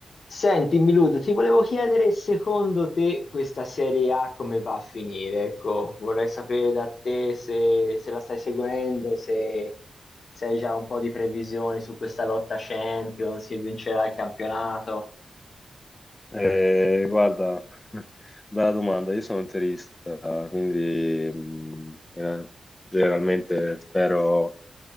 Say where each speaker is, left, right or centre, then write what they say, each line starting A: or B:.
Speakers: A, on the left (about 60°); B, on the left (about 20°).
A: Senti, Milud, ti volevo chiedere secondo te questa Serie A come va a finire? Ecco, vorrei sapere da te se, se la stai seguendo, se, se hai già un po' di previsioni su questa lotta Champions, se vincerà il campionato.
B: Eh, guarda, <laughs> bella domanda. Io sono interista, quindi mh, eh, generalmente spero